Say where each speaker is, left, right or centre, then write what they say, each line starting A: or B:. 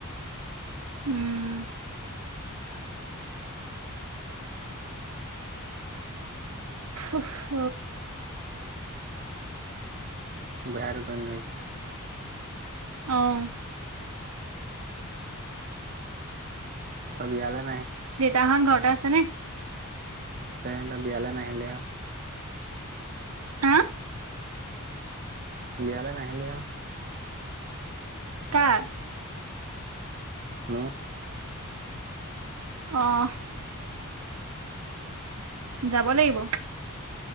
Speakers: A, on the right (about 80°); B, on the right (about 40°).
A: উম। উফ ফ
B: বেয়া টোপনী লাগিছে।
A: আহঁ
B: তাব ইলে <unintelligible> <unintelligible> <unintelligible>
A: দেউতাখন ঘৰতে আছে নে।
B: আছে বিয়ালে নাহিলে আৰু
A: হাঁ
B: বিয়ালৈ নাহিলি আৰু
A: কাৰ?
B: মোৰ
A: অহঁ যাব লাগিব।